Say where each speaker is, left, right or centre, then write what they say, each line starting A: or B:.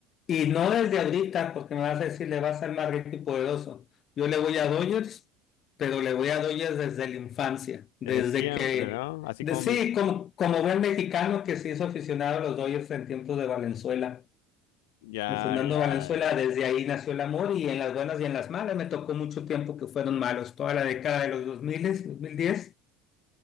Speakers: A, on the left; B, on the left.
A: y no desde ahorita, porque me vas a decir, le vas a ser más rico y poderoso. Yo le voy a Dodgers, pero le voy a Dodgers desde la infancia, desde
B: Desde siempre,
A: que,
B: ¿no? Así
A: de-
B: como
A: sí,
B: mi...
A: como, como buen mexicano que se hizo aficionado a los Dodgers en tiempos de Valenzuela,
B: Ya,
A: en Fernando
B: ya,
A: Valenzuela,
B: ya.
A: desde ahí nació el amor y en las buenas y en las malas, me tocó mucho tiempo que fueron malos, toda la década de los dos dos mil dos mil diez,